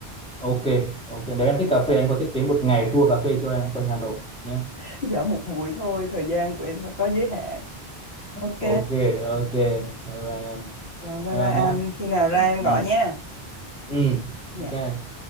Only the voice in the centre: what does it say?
ok ok nếu em thích cà phê anh có thiết kế một ngày tour cà phê cho em quanh Hà Nội nhé
<laughs>
ok ok bye bye em
bye
bye
nhá
ừ
ừ
ừ.
ok